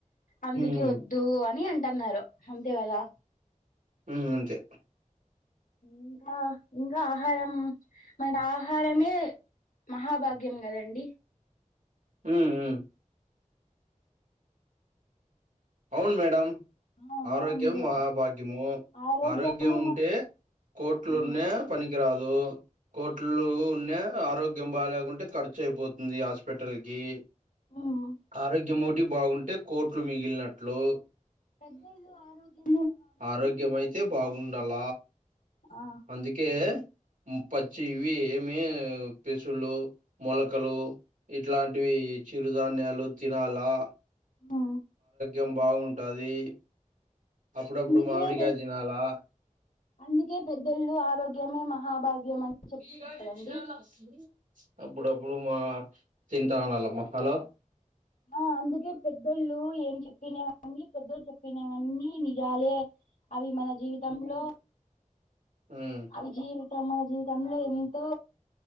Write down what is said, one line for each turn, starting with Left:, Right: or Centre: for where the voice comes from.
Left: అందుకె
Right: ఉమ్,
Left: వద్దు అని అంట తన్నారు అంతే కదా
Right: ఉ అంతే
Left: ఇంకా ఇంకా ఆహారం మన ఆహారమే మహాభాగ్యం కదండి
Right: ఉ ఉ అవును మేడమ్
Left: ఆ అవునండి
Right: ఆరోగ్యం మహాభాగ్యము
Left: ఆ ఆరోగ్యము
Right: ఆరోగ్యం
Left: మ
Right: ఉంటే కోట్లున్న
Left: హ్మ్
Right: పనికి ఇగ రాదూ కోట్లు ఉన్నా ఆరోగ్యం బాలేకుంటే ఖర్చు అయిపోతుంది హాస్పిటల్కి
Left: హ్మ్
Right: ఆరోగ్యం ఒకటి బాగుంటే కోట్లు మిగి ఇల్లట్ ట్లో
Left: పెద్దళ్లు ఆరోగ్యం
Right: ఆరోగ్యమయితే బాగుండాల
Left: ఆ
Right: అందుకే పచ్చి ఇవి ఏమి పేసుళ్లు మొలకలు ఇ ఇట్లాంటివి చిరుధాన్యాలు తినాలా
Left: ఆ
Right: ఏం బాగుంటది అప్పుడప్పుడు
Left: అందుకే
Right: మామిడికాయ
Left: పె
Right: తినాలా
Left: అందుకే పెద్దోళ్ళు ఆరోగ్యమే మహాభాగ్యం
Right: ఈరోజు
Left: అంటారండి
Right: చాలా అసలు అప్పుడప్పుడు మా తింటా ఉండాలమ్మ హలో
Left: ఆ అందుకే పెద్దోళ్ళు ఏం చెప్పినవీ పెద్దోళ్ళు చెప్పినవన్నీ నిజాలే అవి మన జీవితంలో
Right: మ్మ్
Left: అవి జీవితం మన జీవితంలో ఎంతో